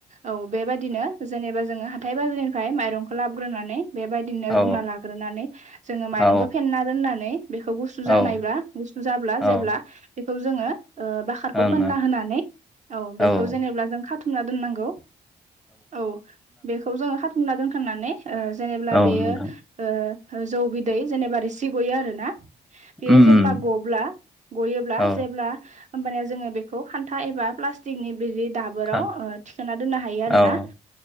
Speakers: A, on the right; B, in the centre.
A: औ बेबायदिनो जेनेबा जोङो हाथाय बाजारनिफ्राय माइरंखौ लाबोग्रोनानै। बेबायदिनो
B: औ
A: रुना लाग्रोनानै जोङो माइरंखौ
B: औ
A: फेनना दोननानै। बेखौ गुसु जानाय
B: औ
A: गुसु जाब्ला
B: औ
A: जेब्ला बेखौ जोङो। ओ बाखारखौ
B: ओं
A: फोनना होनानै औ बेखौ
B: ओं
A: जेनेबा जों खाथुमना दोननांगौ। औ बेखौ जोङो खाथुमना दोनखांनानै जेनेब्ला
B: औ
A: बेयो
B: नोंथां
A: ओ जौ बिदै जेनेबा रिसि गयो आरो ना। बेयो
B: उम
A: जेब्ला गब्ला गयोब्ला
B: औ
A: जेब्ला। होनबानिया जोङो बेखौ खान्था एबा प्लास्टिकनि। बिदि दाबोराव
B: औ
A: थिखोनना दोननो हायो आरो
B: औ
A: ना